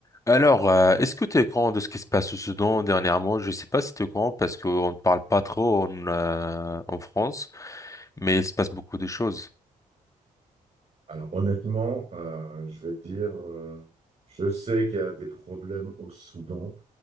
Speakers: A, on the left; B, on the right.
A: Alors, euh, est-ce que tu es au courant de ce qui se passe au Soudan dernièrement? Je sais pas si tu es au courant parce qu'on ne parle pas trop en, euh, en France, mais il se passe beaucoup de choses.
B: Alors honnêtement, euh, je vais te dire, euh, je sais qu'il y a des problèmes au Soudan.